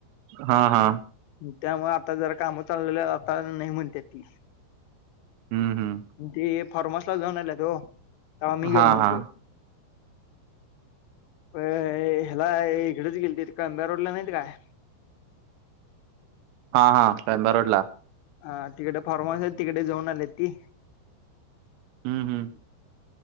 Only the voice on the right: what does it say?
हा हा.
हम्म, हम्म.
हा
हा
हा हा कांदा रोडला.
हम्म, हम्म.